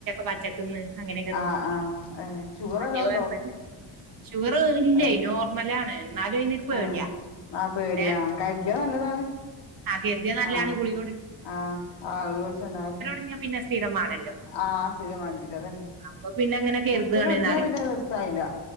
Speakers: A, on the right (about 45°); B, on the left (about 60°).
A: പച്ചക്ക്ന്ന് അങ്ങനെയൊക്കെ തിന്നും
B: ആഹ് ആഹ് ഏ ഷുഗറ്
A: വല്യ
B: വല്ലോം ഒണ്ടോ
A: കൊഴപ്പല്ല ഷുഗർ ഇല്ലേ
B: ഏ
A: നോർമലാണ് എന്നാലും അയിനൊരു പേടിയാ
B: ആഹ് ആഹ് പേടിയാണ്
A: പിന്നെ
B: കരുതിയാ നല്ലതാണ്
A: ആ കരുതിയ നല്ലാണ്
B: ആഹ്
A: ഗുളിക
B: ആഹ് ആൾ ഓടിച്ചോണ്ടാ വരുന്നത്
A: പിന്നെ പിന്നെ സ്ഥിരമാണ്
B: ആഹ് സ്ഥിരം വാണ്ടിവരും അത് തന്നെ
A: അപ്പൊ പിന്നെ അങ്ങനെ കരുതാണ്ന്ന്
B: കുടിചില് തൊടങ്ങിയാ
A: പറയും
B: പിന്നെ അത് നിർത്ത് ആയില്ല